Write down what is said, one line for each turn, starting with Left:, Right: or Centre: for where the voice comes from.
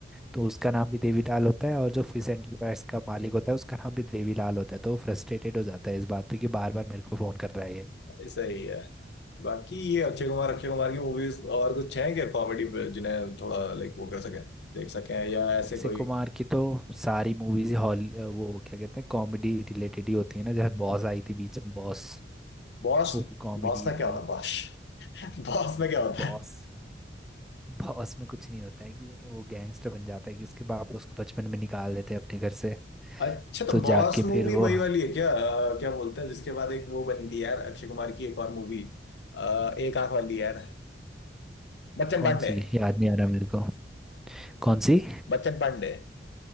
Centre: तो उसका नाम भी देवीलाल होता है और जो फिश एंटरप्राइज का मालिक होता है उसका नाम भी देवीलाल होता है तो वो फ्रस्ट्रेटेड हो जाता है इस बात पे कि बार बार मेरे को फ़ोन कर रहा है ये
Left: सही है बाकी ये अक्षय कुमार अक्षय कुमार की मूवीज और कुछ हैं क्या कॉमेडी पे जिन्हें थोड़ा लाइक वो कर सकें देख सकें या ऐसे
Centre: अक्षय
Left: कोई
Centre: कुमार की तो सारी मूवीज हॉल वो क्या कहते हैं कॉमेडी रिलेटेड ही होती है ना जैसे बॉस आई थी बीच में बॉस
Left: बॉस
Centre: वो भी कॉमेडी
Left: बॉस में क्या
Centre: थी
Left: होता है बॉस <laughs> बॉस में क्या होता
Centre: बॉस बॉस में कुछ नहीं होता है कि वो गैंगस्टर बन जाता है कि उसके बाप उसको बचपन में निकाल देते हैं अपने घर से
Left: अच्छा तो
Centre: तो
Left: बॉस
Centre: जाके
Left: मूवी
Centre: फिर वो
Left: वही वाली है क्या अ, क्या बोलते हैं जिसके बाद एक वो बनी थी यार अक्षय कुमार की एक और मूवी एक आंख वाली यार बच्चन
Centre: कौन
Left: पांडे
Centre: सी याद नहीं आ रहा मेरे को कौन सी
Left: बच्चन पांडे